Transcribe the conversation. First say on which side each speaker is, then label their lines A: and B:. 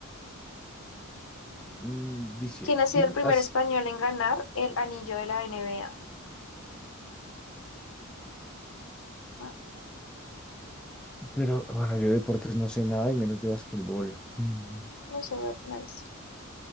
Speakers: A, in the centre; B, on the left.
A: Mm, dice,
B: ¿Quién ha sido
A: ¿quién
B: el primer
A: has...?
B: español en ganar el anillo de la NBA? Ah,
A: Pero, bueno, yo de deportes no sé nada y menos de basquetbol. Mm,
B: no sé, voy a poner eso.